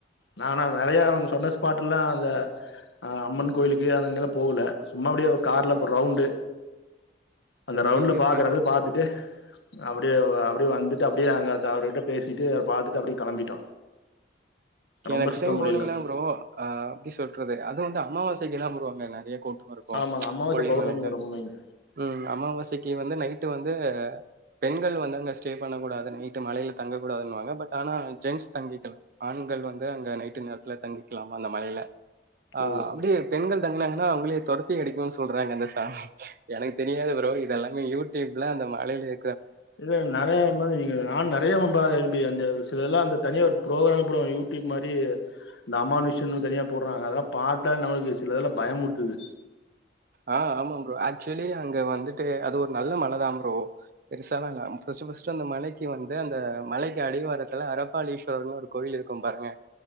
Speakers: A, on the left; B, on the right.
A: நான நறையா அவுங்க சொன்ன ஸ்பாட் எல்லா அந்த அம்மன் கோயிலுக்கு அதுங்கல்லா போகல சும்மா அப்பிடியே கார்ல
B: ஆ
A: ஒரு ரவுண்டு அந்த
B: ஓகே,
A: ரவுண்ட்ல பாக்குறத
B: ஓகே.
A: பாத்துட்டு அப்டியே அப்டியே வந்துட்டு அப்டியே அங்க அவருகிட்ட பேசிட்டு பாத்துட்டு அப்டியே கெளம்பிட்டோ
B: கே
A: ரொம்ப
B: நெக்ஸ்ட்
A: சுத்த
B: டைம்
A: முடியல
B: போனீங்கன்னா ப்ரோ அ எப்டி சொல்றது அது வந்து அமாவசைக்கு தா ப்ரோ அங்கன <unintelligible> இருக்கு
A: ஆமாங்க அமாவாச
B: கொல்லிமலையில
A: பௌர்ணமி ரொம்ப மெயின்
B: ம் அமாவாசைக்கு வந்து நைட்டு வந்து பெண்கள் வந்து அங்க ஸ்டே பண்ண கூடாது நைட்டு மலையில தங்கக்க கூடாதுனுவாங்க பட் ஆனா ஜென்ஸ் தங்கிக்கலா ஆண்கள் வந் து அங்க நைட்டு நேரத்துல தங்கிக்கலாமா அந்த மலைல ஆ
A: ஓ
B: அப்டியே பெண்கள் தங்களைன்னா அவங்ளே தொரத்தி அடிக்கவு சொல்றாங்க அந்த தாஹ் எனக்கு தெ நியாது ப்ரோ இது எல்லாமே யூடியூப்ல அந்த மழைல
A: இது நெறைய மாதி நீங்க நான் நெறையமம்பாதம்பி அந்த சிலதுலா அந்த தனியாக ஒரு ப்ரோக்ராமே போடுவா யூடியூப் மாரி இந்த அமானுஷ்யனு தனியா போட்றாங்க அதெல்லா பாத்தால் நம்மளுக்கு சில இதுலா பயமுறுத்துது
B: ஆஹ் ஆமாம் ப்ரோ ஆக்சுவலி அங்க வந்துட்டு அது ஒரு நல்ல மலதாம் ப்ரோ பெருசாலா இல்ல ஃபஸ்ட்டு ஃபஸ்ட்டு அந்த மலைக்கு வந்து அந்த மலைக்கு அடிவாரத்துல அரபாளீஸ்வரர்னு ஒரு கோயிலிருக்கு பாருங்க